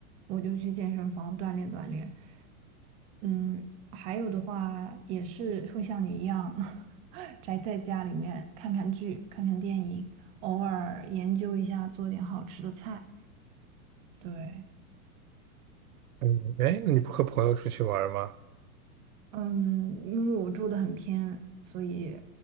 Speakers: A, on the right; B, on the right.
A: 我就去健身房锻炼锻炼。嗯，还有的话也是会像你一样，<laughs> 宅在家里面看看剧、看看电影，偶尔研究一下做点好吃的菜。对，
B: 嗯，哎，那你不和朋友出去玩儿吗？
A: 嗯，因为我住的很偏，所以